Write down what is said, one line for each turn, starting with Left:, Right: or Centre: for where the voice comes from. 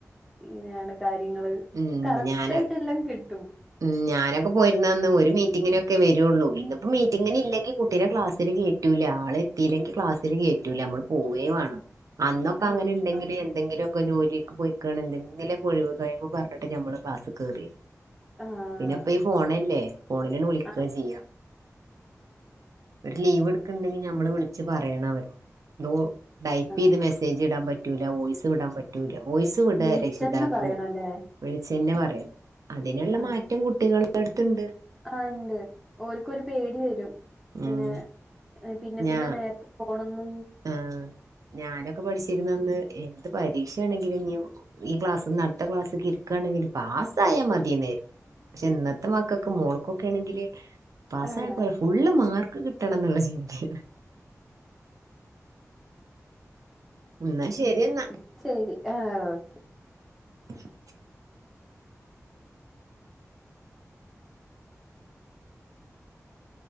Centre: ഇങ്ങനെയാണ് കാര്യങ്ങള്
Right: ഉം
Centre: കറക്റ്റായിട്ടെല്ലം
Right: ഞാന്
Centre: കിട്ടും
Right: ഉം ഞാനൊക്കെ പോയിരുന്നന്ന് ഒര് മീറ്റിങ്ങിനൊക്കെ വെരൊള്ളൂ ഇന്നിപ്പം മീറ്റിങ്ങിനില്ലെങ്കി കുട്ടീനെ ക്ലാസ്സില് കേറ്റു ല്ല ആളെത്തീല്ലെങ്കി ക്ലാസ്സില് കേറ്റൂല്ല ഞമ്മള് പോവേ വാണം അന്നൊക്കെ
Centre: ആഹ്
Right: അങ്ങനെണ്ടെങ്കില്
Centre: ആ
Right: എന്തെങ്കിലൊക്കെ ജോലിക്ക് പോയിക്കാണെങ്കിൽ എന്തെങ്കിലൊക്ക ഒഴിവ് കഴിവ് പർഞ്ഞിട്ട് ഞമ്മള് ക്ലാസ് കേറായ്രുന്നു
Centre: ആഹ്
Right: പിന്നെപ്പയീ ഫോണല്ലേ ഫോണിലാണ്ട് വിളിക്കാ
Centre: ആഹ്
Right: ചെയ്യാ ഒരു ലീവ്ട്ക്ക്ണ്ടെങ്കി ഞമ്മള് വിളിച്ച് പറയണവരോട് <unintelligible> ടൈപ്പെയ്ത്
Centre: ആഹ്
Right: മെസ്സേജിടാൻ പറ്റൂല വോയ്സ് വിടാൻ പറ്റൂല വോയിസ് വിടാ
Centre: വിളിച്ചെന്ന
Right: രക്ഷിതാക്ക
Centre: പറയണല്ലേ
Right: വിളിച്ചെന്നെ പറയണം അതിന്ള്ള
Centre: ആഹ്
Right: മാറ്റം കുട്ടികളട്ത്ത്ണ്ട്
Centre: ആഹ് ഇണ്ട് ഓല്ക്കൊര് പേടി വെരും ഇങ്ങനെ
Right: ഉം
Centre: പിന്നെ
Right: ഞാ
Centre: പിന്നെ നേര ത്തെ പോണെന്ന്
Right: ആഹ് ഞാനൊക്കെ പഠിച്ചിരുന്നന്ന് എന്ത് പരീക്ഷയാണെങ്കിലും ഇഞ്ഞി ഈ ക്ലാസ്ന്ന് അട്ത്തക്ലാസ്ക്ക് ഇരിക്കാണെങ്കിലും പാസ്സായാ മതിന്നേര്ന്നു പക്ഷെ ഇന്നത്തെ മക്കക്ക് മോൾക്കൊക്കയാണെങ്കില് പാസ്റ്റായ
Centre: ആഹ്
Right: പോര ഫുള്ള് മാർ ക്ക് കിട്ടണെന്ന്ള്ള ചിന്തയാണ് എന്നാ ശരി
Centre: മ്
Right: എന്നാ
Centre: ശെരി ആഹ് ഒക്കെ
Right: <inaudible>